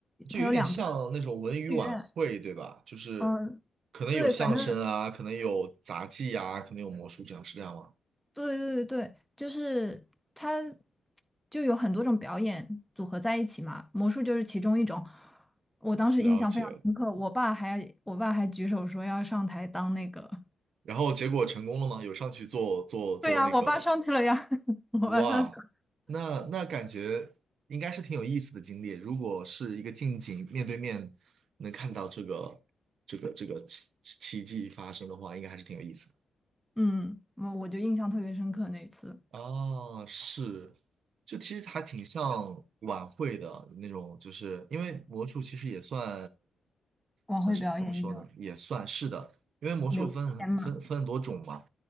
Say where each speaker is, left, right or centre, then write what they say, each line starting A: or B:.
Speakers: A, on the right; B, in the centre.
A: 就有点像那种文娱晚会，
B: 它有两层剧院，
A: 对吧？就是
B: 嗯、
A: 可能有相声啊，
B: 对，反正
A: 可能有杂技啊，可能有魔术这样，是这样吗？
B: 对对对对，就是它就有很多种表演组合在一起嘛，魔术就是其中一种。我当时印象非常深刻，
A: 了解了。
B: 我爸还我爸还举手说要上台当那个。
A: 然后结果成功了吗？有上去做做做那个
B: 对呀，我爸上去了呀，<laughs> 我爸上去了。
A: 哇，那那感觉应该是挺有意思的经历。如果是一个近景面对面能看到这个这个这个奇奇迹发生的话，应该还是挺有意思的。
B: 嗯，我我就印象特别深刻那一次
A: 啊，是，就其实还挺像晚会的那种，就是因为魔术其实也算
B: 晚会表演一种
A: 算什么？怎么说呢？也算是的，因为魔术分很分分很多种嘛，
B: 刘谦嘛，